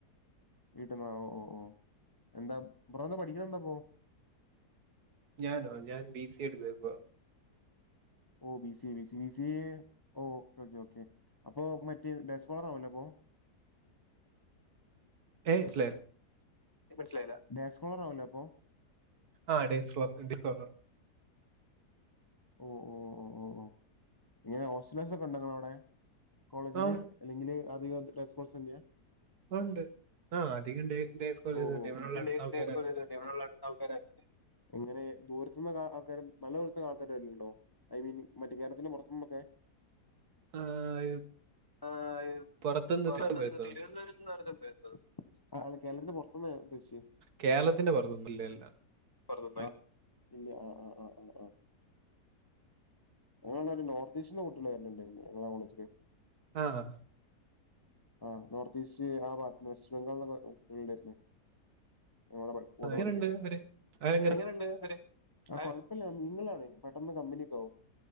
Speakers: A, on the left; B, on the right.
A: വീട്ടിൽന്നാ ഓ ഓ ഓ എന്താ ബ്രോ ന്താ പഠിക്ക്ണന്താപ്പൊ?
B: ഞാനോ ഞാൻ ബി സി എടുത്ത ഇപ്പൊ.
A: ഓ B C B C B C യേ ഓ ഓക്കെ ഓക്കെ അപ്പൊ മറ്റേ ഡെസ്കോളർ ആവല്ലോ അപ്പൊ?
B: ഏ സ്ലെ
A: മനസ്സിലായില്ല ഡാസ്കോളർ ആവല്ലോ അപ്പൊ?
B: ആഹ് ഡേസ് <unintelligible> <unintelligible>
A: ഓ ഓ ഓ ഓ ഓ ഇങ്ങനെ ഓസ്റ്റലോസ് ഒക്കെ ഉണ്ടെങ്ക അവടെ? കോളേജില്
B: ആ
A: അല്ലെങ്കില് ആധികസ്കഴ്സ് തന്നെയാ.
B: ഉണ്ട് ആ അധികം ഡേ ഡേസ് കോളേജ്
A: ഓ ഓ
B: ഉണ്ട് ഇവിടെയുള്ള
A: ഓ <unintelligible>
B: ആൾ- ആൾക്കാരല്ല
A: ആൾക്കാരെ എങ്ങനെ ദൂരത്തന്ന് ആൾക്കാരും നല്ലദൂരത്ത്ന്ന് ള്ള ആൾക്കാര് ണ്ടോ ഐ മീൻ മറ്റേ കേരളത്തിന്റെ പുറത്തുനിന്നൊക്കെ
B: <inaudible> ഈ
A: ആഹ്,
B: പുറത്തുനിന്ന്
A: പുറത്തന്ന്
B: ഇത്തിരി വരുത്തുന്നുണ്ട്
A: തിരുവനന്തപുരത്ത്ന്നാണ് <unintelligible> ആ കേരളത്തിന്റെ പുറത്തുന്ന ഉദ്ദേശ്യച്ച്
B: കേരളത്തിന്റെ വൊറത്തൊന്നും ഇല്ലല്ല.
A: പൊറത് ന്ന ആ, ആ, ആ, ആ, ആഹ് <unintelligible> <unintelligible>
B: ആഹ്
A: ആ നോർത്ത് ഈസ്റ്റ് ആ ഭാഗത്ത്ന്ന് വെസ്റ്റ് ബംഗാളില കുട്ടികള ഉണ്ടായിരുന്നേ ഞങ്ങളുടെ പ കൂടെ
B: എങ്ങനെയുണ്ട്
A: ഓടിക്കാൻ
B: അവര് അവരെങ്ങനെ
A: എങ്ങനണ്ട് അവര്? കുഴപ്പമില്ല മിംഗ്ളാണ് പെട്ടെന്ന് കമ്പനിയൊക്കാവും